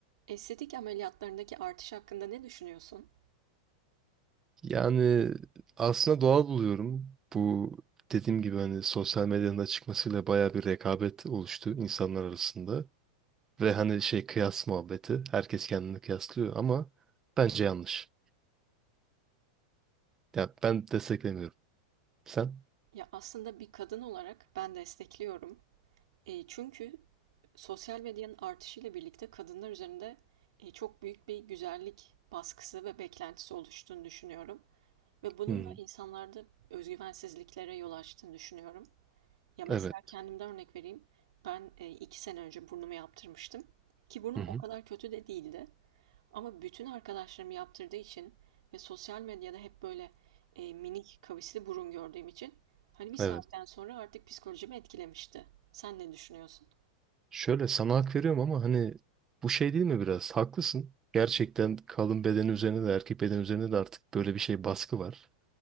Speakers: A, on the right (about 70°); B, on the right (about 15°).
A: Estetik ameliyatlarındaki artış hakkında ne düşünüyorsun?
B: Yani aslında doğal buluyorum. Bu dediğim gibi hani sosyal medyanın da çıkmasıyla bayağı bir rekabet oluştu insanlar arasında. Ve hani şey kıyas muhabbeti. Herkes kendini kıyaslıyor ama bence yanlış. Ya ben desteklemiyorum. Sen?
A: Ya aslında bir kadın olarak ben destekliyorum. E, çünkü sosyal medyanın artışıyla birlikte kadınlar üzerinde e, çok büyük bir güzellik baskısı ve beklentisi oluştuğunu düşünüyorum. Ve bunun
B: Hmm,
A: da insanlarda özgüvensizliklere yol açtığını düşünüyorum. Ya mesela
B: evet.
A: kendimden örnek vereyim. Ben e, iki sene önce burnumu yaptırmıştım. Ki burnum
B: Hı hı,
A: o kadar kötü de değildi. Ama bütün arkadaşlarım yaptırdığı için ve sosyal medyada hep böyle, eee, minik kavisli burun gördüğüm için, hani, bir saatten
B: evet.
A: sonra artık psikolojimi etkilemişti. Sen ne düşünüyorsun?
B: Şöyle sana hak veriyorum ama hani bu şey değil mi biraz? Haklısın. Gerçekten kadın bedeni üzerine de erkek bedeni üzerine de artık böyle bir şey baskı var.